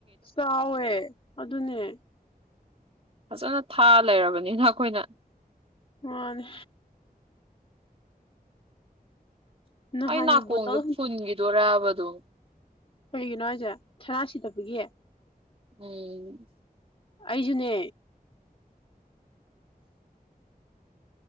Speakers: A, on the left; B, on the right.
A: ꯆꯥꯎꯋꯦ ꯑꯗꯨꯅꯦ
B: ꯐꯖꯅ ꯊꯥ ꯂꯩꯔꯕꯅꯤꯅ ꯑꯩꯈꯣꯏꯅ
A: ꯃꯥꯅꯤ ꯅꯍꯥꯟꯒꯤ
B: ꯑꯩ ꯅꯥꯀꯣꯡꯁꯦ
A: ꯕꯣꯇꯜ
B: ꯐꯨꯟꯈꯤꯗꯣꯏꯣꯔꯕꯗꯣ
A: ꯀꯩꯒꯤꯅꯣ ꯍꯥꯏꯁꯦ ꯁꯅꯥ ꯁꯤꯗꯕꯒꯤ
B: ꯎꯝ
A: ꯑꯩꯁꯨꯅꯦ